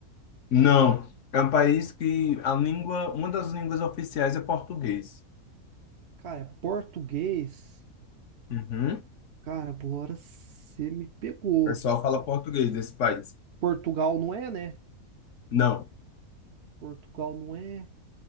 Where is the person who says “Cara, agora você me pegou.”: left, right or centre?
Right